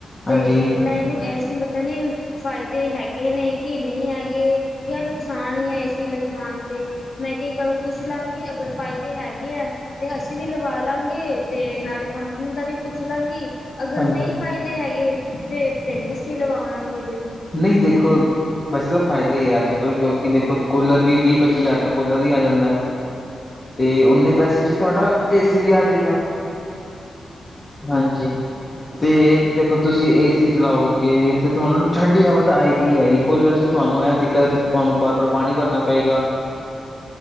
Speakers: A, on the left; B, on the left.
A: ਹਾਂਜੀ,
B: ਤੇ ਮੈਨੂੰ ਐਸੀੇ ਪਤਾ ਨੀ ਫਾਇਦੇ ਹੈਗੇ ਨੇ ਕਿ ਨਹੀਂ ਹੈਗੇ ਜਾਂ ਨੁਕਸਾਨ ਹੀ ਹੈ ਏਸੀ ਲਗਵਾਉਣ 'ਤੇ ਮੈਂ ਕਿਹਾ ਵਾਰ ਪੁੱਛ ਲਾਂਗੀ ਅਗਰ ਫਾਇਦੇ ਹੈਗੇ ਹੈ ਤੇ ਅਸੀਂ ਵੀ ਲਵਾ ਲਾਂਗੇ ਤੇ ਨਾਲੇ ਕੰਪਨੀ ਦਾ ਵੀ ਪੁੱਛ ਲਾਂਗੀ ਅਗਰ
A: ਹਾਂਜੀ,
B: ਨਹੀਂ ਫਾਇਦਾ ਹੈਗੇ ਫੇਰ ਤੇ ਨੀ ਅੱਸੀਂ ਲਵਾਵਾਂਗੇ ਬਈ
A: ਨਹੀਂ ਦੇਖੋ ਵੈਸੇ ਤਾਂ ਫਾਇਦਾ ਹੀ ਹੈ ਅੱਜ ਕੱਲ੍ਹ ਕਿਉਂਕਿ ਦੇਖੋ ਕੂਲਰ ਵੀਹ ਪੱਚੀ ਹਜ਼ਾਰ ਤ ਕੂਲਰ ਦਾ ਹੀ ਆ ਜਾਂਦਾ ਤੇ ਓਨੇ ਪੈਸੇ ਚ ਹੀ ਤੁਹਾਡਾ ਏਸੀ ਵੀ ਆ ਜਾਵੇਗਾ ਹਾਂਜੀ ਤੇ ਦੇਖੋ ਤੁਸੀਂ ਐਸੀ ਚਲਾਓਗੇ ਤੇ ਤੁਹਾਨੂੰ ਠੰਡੀ ਹਵਾ ਤਾਂ ਆਏਗੀ ਹੈਗੀ ਕੂਲਰ ਚ ਤੁਹਾਨੂੰ ਇਹ ਦਿੱਕਤ ਤੁਹਾਨੂੰ ਬਾਰ ਬਾਰ ਪਾਣੀ ਭਰਨਾ ਪਏਗਾ